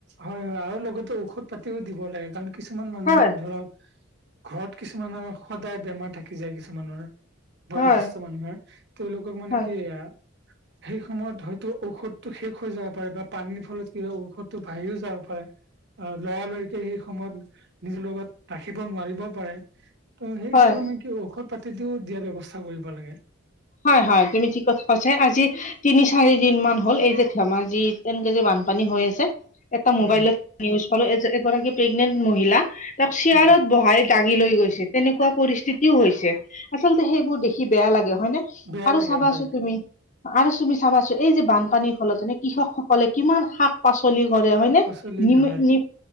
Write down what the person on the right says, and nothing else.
হয় হয় আৰু লগতে ঔষধ পাতিও দিব লাগে কাৰণ কিছুমান মানুহৰ
ধৰক ঘৰত কিছুমানৰ সদায় বেমাৰ থাকি যায় কিছুমানৰ বয়োজেষ্ঠ
মানুহৰ তেওঁলোকক মানে
কি এয়া সেই সময়ত হয়তো ঔষধটো শেষ হৈ যাব পাৰে বা পানীৰ ফলত কি হয় ঔষধটো বাঢ়িও যাব পাৰে অ লৰা লৰিকে সেই সময়ত নিজৰ লগত ৰাখিব নোৱাৰিব পাৰে ত' সেই
হিচাপে মই কি ঔষধ পাতি দিও দিয়া ব্যৱস্থা কৰিব লাগে
হয়
হয়
বেয়া
লাগে
হয়
শাক
পাচলি
হয়